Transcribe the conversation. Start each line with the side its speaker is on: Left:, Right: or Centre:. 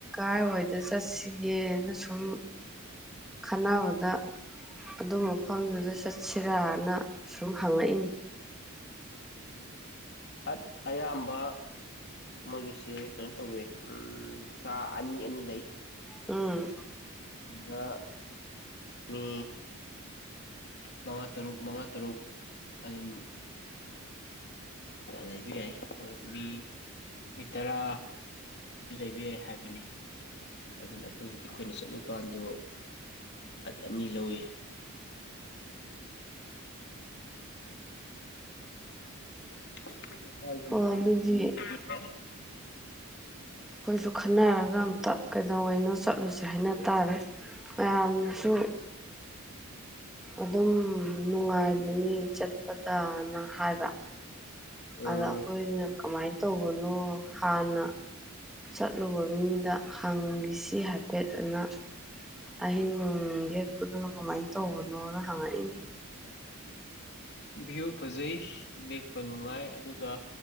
Centre: ꯀꯗꯥꯥꯏꯋꯥꯏꯗ ꯆꯠꯁꯤꯒꯦꯅ ꯁꯨꯝ ꯈꯟꯅꯕꯗ ꯑꯗꯨ ꯃꯐꯝꯗꯨꯗ ꯆꯠꯁꯤꯔꯅ ꯁꯨꯝ ꯍꯪꯉꯛꯏꯅꯤ
Left: ꯐꯠ ꯑꯌꯥꯝꯕ ꯃꯣꯏꯒꯤꯁꯦ ꯀꯩꯅꯣ ꯇꯧꯋ ꯀꯥ ꯑꯅꯤ ꯑꯅꯤ ꯂꯩ
Centre: ꯎꯝ
Left: <inaudible> ꯃꯤ ꯃꯉꯥ ꯇꯔꯨꯛ ꯃꯉꯥ ꯇꯔꯨꯛ ꯑꯗꯨꯝ ꯂꯩꯕ ꯌꯥꯏ ꯃꯣꯏ ꯃꯤ ꯃꯤ ꯇꯔꯥ ꯂꯩꯕ ꯌꯥꯏ ꯍꯥꯏꯕꯅꯤ ꯑꯗꯨꯅ ꯑꯩꯈꯣꯏꯒꯤꯗꯤ ꯑꯩꯈꯣꯏꯅ ꯆꯠꯂꯨꯀꯥꯟꯗꯣ ꯑꯅꯤ ꯂꯧꯋꯤ <unintelligible>
Centre: ꯑꯣ ꯑꯗꯨꯗꯤ
Left: ꯥꯏ
Centre: ꯑꯩꯈꯣꯏꯁꯨ ꯈꯟꯅꯔꯒ ꯑꯝꯇ ꯀꯩꯗꯧꯅꯣ ꯆꯠꯂꯨꯁꯦ ꯍꯥꯏꯅ ꯇꯥꯔꯦ ꯃꯌꯥꯝꯅꯁꯨ ꯑꯗꯨꯝ ꯅꯨꯡꯉꯥꯏꯕꯅꯤ ꯆꯠꯄꯗꯅ ꯍꯥꯏꯕ
Left: ꯎꯝ
Centre: ꯑꯗ ꯑꯩꯈꯣꯏꯅ ꯀꯃꯥꯏꯅ ꯇꯧꯕꯅꯣ ꯍꯥꯟꯅ ꯆꯠꯂꯨꯕ ꯃꯤꯗ ꯍꯪꯈꯤꯁꯤ ꯁꯤ ꯍꯥꯏꯐꯦꯠ ꯑꯅ ꯑꯍꯤꯡ ꯂꯦꯛꯄꯗꯨꯅ ꯀꯃꯥꯏꯅ ꯇꯧꯕꯅꯣꯅ ꯍꯪꯉꯛꯏꯅꯤ
Left: ꯚ꯭ꯌꯨ ꯐꯖꯩ ꯂꯦꯛꯄ ꯅꯨꯡꯉꯥꯏ ꯑꯗꯨꯒ